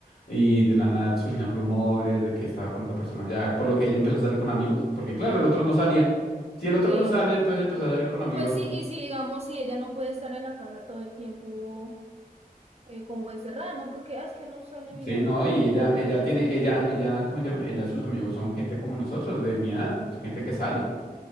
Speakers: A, on the left; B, on the right.
A: Y de la nada surgieron rumores de que estaba con otra persona ya, por lo que ella empezó a salir con amigos, porque claro,
B: ujú,
A: el otro no salía. Si el otro
B: sí,
A: no sale, entonces empezó a salir con amigos.
B: pues sí, y si digamos, si ella no puede estar en la casa todo el tiempo eh, como encerrada, ¿no? Porque "Ah, es que no sale mi
A: Sí,
B: novio,
A: no,
B: entonces
A: y
B: no
A: ella,
B: tengo
A: ella
B: derecho
A: tiene,
B: a salir.
A: ella, ella, ¿cómo se llama? Ella, sus amigos son gente como nosotros, de mi edad, gente que sale,